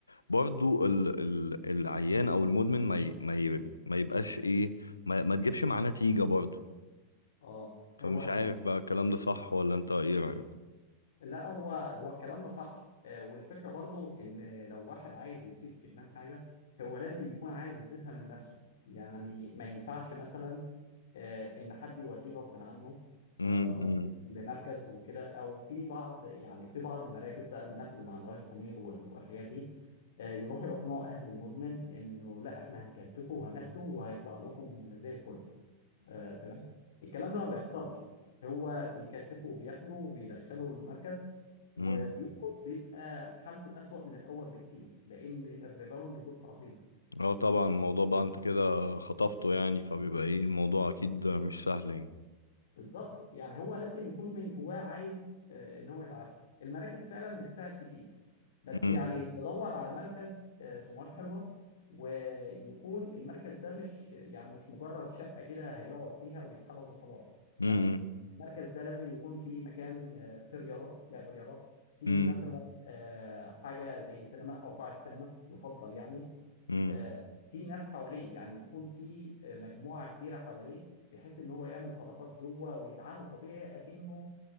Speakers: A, on the left (about 80°); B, on the left (about 60°).
A: برضو ال ال العيان او المدمن ما ي- ما ي- ما يبقاش ايه ما, ما تجيبش معاه نتيجة برضو
B: اه
A: فمش
B: هو
A: عارف بقى الكلام ده صح ولا انت ايه رأيك
B: لا هو هو الكلام ده صح آه، والفكرة برضو ان لو واحد عايز يسيب ادمان حاجة هو لازم يكون عايز يسيبها من نفسه يعني ما ينفعش مثلا آه، ان حد يوديه غصب عنه
A: امم
B: آه، لمركز وكده او في بعض يعني في بعض المراكز بقى الناس اللي ما عندهاش ضمير وال- والحاجات دي آه، يروحوا يقنعوا اهل المدمن انه لا احنا هنكتفه وهناخده وهيطلع لكم زي الفل آه، تمام الكلام ده ما بيحصلش هو بيكتفه وبياخده وبيدخله المركز وبيوقف
A: امم
B: بيبقى حالته أسوأ من الأول بكتير لأن الريباوند بيبقى رهيب
A: اه طبعا الموضوع بقى انت كده خطفته يعني فبيبقى ايه الموضوع اكيد مش سهل يعني
B: بالظبط يعني هو لازم يكون من جواه عايز آه، إن هو يتعافى المراكز فعلا بتساعد كتير بس
A: امم
B: يعني تدور على مركز آه، سمعته حلوة ويكون المركز ده مش يعني مش مجرد شقة كده هيقعد فيها ويتحفظ وخلاص
A: امم
B: لا المركز ده لازم يكون فيه مكان آه، فيه رياضه لعب رياضه في
A: امم
B: مثلا آه، حاجه زي سينما او قاعه سينما يفضل يعني
A: امم
B: آه، في ناس حواليه يعني يكون في آه، مجموعه كبيره حواليه بحيث ان هو يعمل صداقات جوه ويتعامل طبيعي اكنه